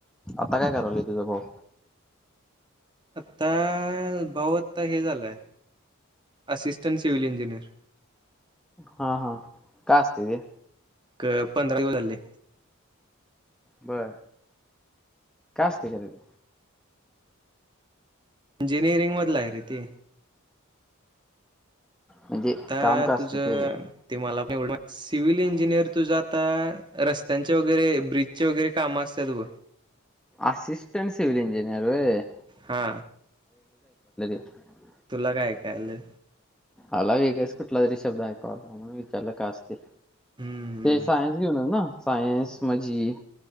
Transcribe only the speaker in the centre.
आता काय करालय तुझा भाऊ?
हा हा, काय असतय ते?
बर, काय असतय खर ते?
म्हणजे
काम काय असते
ते रे
असिस्टंट सिवल इंजिनियर होय.
<unintelligible> <inaudible> <unintelligible>
आला वेगळेच कुठला तरी शब्द ऐकू आला, म्हणून विचारला काय असत
ते सायन्स घेऊनचा न सायंस मझी